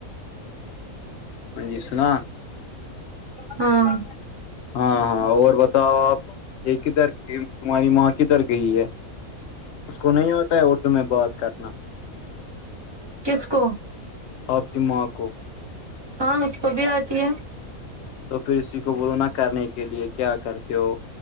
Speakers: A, on the left (about 60°); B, on the right (about 25°).
A: ہاں جی سنا
B: ہاں
A: ہاں ہاں اور بتاؤ آپ یہ کدھر تمہاری ماں کدھر گئی ہے اس کو نہیں ہوتا ہے اردو میں بات کرنا
B: کس کو
A: آپ کی ماں کو
B: ہاں اس کو بھی آتی ہے
A: تو پھر اسی کو برو نہ کرنے کے لیے کیا کرتے ہو